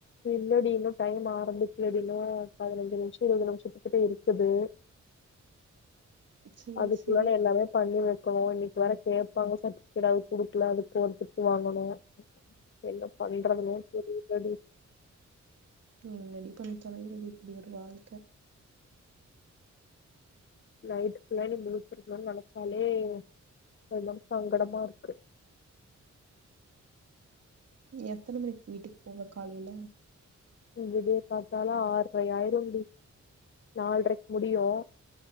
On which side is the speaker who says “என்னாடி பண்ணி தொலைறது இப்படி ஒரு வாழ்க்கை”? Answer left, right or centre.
Right